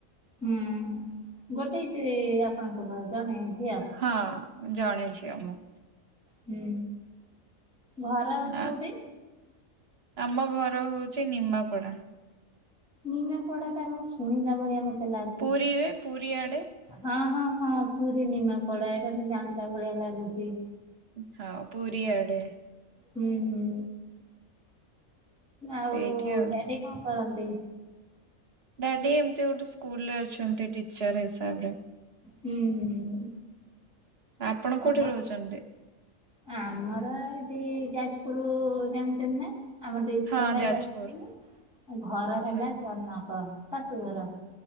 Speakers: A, in the centre; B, on the right.
A: ହୁଁ ଗୋଟେ ଯେ ଆପଣଙ୍କ ଜଣେ ଝିଅ।
B: ହଁ ଜଣେ ଝିଅ ମୁଁ
A: ହୁଁ ଘର
B: ନାଁ
A: କୋଉଠି?
B: ଆମ ଘର ହଉଛି ନିମାପଡା।
A: ନିନା ପଡାଟା ଆମ ଶୁଣିଲା ଭଳିଆ ମତେ ଲାଗୁ
B: ପୁରୀରେ ପୁରୀଆଡ଼େ
A: ହଁ ହଁ ହଁ ପୁରୀ ନିମାପଡା ଏଇଟା ମୁ ଜାଣିଲା ଭଳିଆ ଲାଗୁଛି।
B: ହଁ ପୁରିଆଡେ
A: ହୁଁ ହୁଁ। ଆଉ
B: ସେଇଠି ଆଉ
A: ଡାଡି କଣକରନ୍ତି?
B: ଡାଡି ଏମିତି ଗୋଟେ ସ୍କୁଲ ରେ ଅଛନ୍ତି ଟିଚର ହିସାବରେ।
A: ହୁଁ ହୁଁ।
B: ଆପଣ
A: ଆମ
B: କୋଉଠି ରହୁଛନ୍ତି?
A: ଆମର ଏଠି ଯାଜପୁର ଜାଣିଛନ୍ତି ନା। ଆମ ଡିଷ୍ଟ୍
B: ହଁ
A: ହେଲା
B: ଯାଜପୁର
A: ଯାଯପୁରୁ ଆଉ ଘର
B: ଆଚ୍ଛା
A: ହେଲା ଜନକ। ଶାଶୁଘର